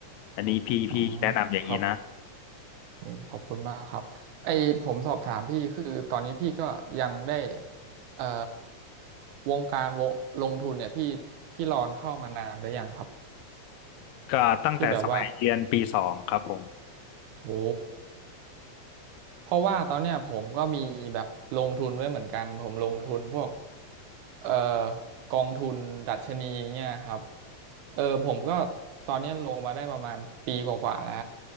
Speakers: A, on the left; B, on the right.
A: อันนี้พี่พี่แนะนำอย่างนี้นะ
B: อ๋อครับโอ้ขอบคุณมากครับไอผมสอบถามพี่คือตอนนี้พี่ก็ยังได้เอ่อวงการวงลงทุนเนี่ยพี่พี่รอนเข้ามานานหรือยังครับ
A: ก็ตั้งแต่สมัยเรียนปีสองครับผม
B: ที่แบบว่าโอ้ เพราะว่าตอนเนี้ยผมก็มีแบบลงทุนไว้เหมือนกันผมลงทุนพวกเอ่อกองทุนดัชนีเนี่ยครับเออผมก็ตอนเนี้ยลงมาได้ประมาณปีกว่าๆแล้ว